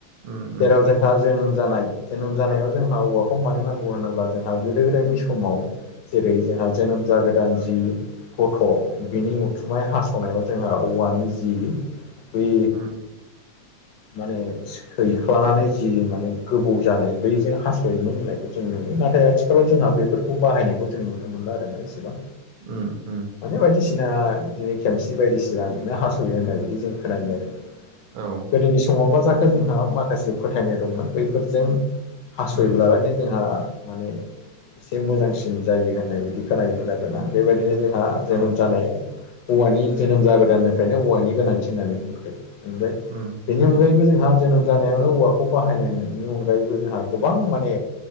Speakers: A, on the right; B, on the left.
A: उम उम
B: जेराव जों जोंहा जोनोम जानाय जोनोम जानायाव जोंहा औवाखौ मानो नांगौ होनोब्ला जोंहा गोदो गोदायनि समाव जेरै जोंहा जोनोम जागोदान जि गथ' बिनि उथुमाय हास' हासनायाव जोंहा औवानि जि बै
A: उम
B: माने सैख्लानानै जि माने गोबौ जानाय बैजों हास'योमोन होननायखौ जों नुयो नाथाय आथिखालाव जोंहा बे फोरखौ बाहायनायखौ जों नुनो मोनला आरोना एसेबां
A: उम उम
B: माने बायदिसिना बिदिनो खेमसि बायदिसिनाजोंनो हास'यो होननाय बिदि जों खोनायो आरो।
A: औ
B: गोदोनि समाव मा जाखो जोंहा माखासे फोथायनाय दंमोन बैफोरजों हास'योबालायनो
A: उम
B: जोंहा माने एसे मोजांसिन जायो होननाय बिायदि खोनायोमोन आरो। आरोना बेबायदिनो जोंहा जोनोम
A: औ
B: जानायाव औवानि जोनोम जागोदाननिफ्रायनो औवानि गोनांथि होननानै बुंखायो। नोंगो
A: उम
B: बेनि अनगायैबो जोंहा जोनोम जानायावनो औवाखौ बाहायनायनि अनगायैबो जोंहा गोबां माने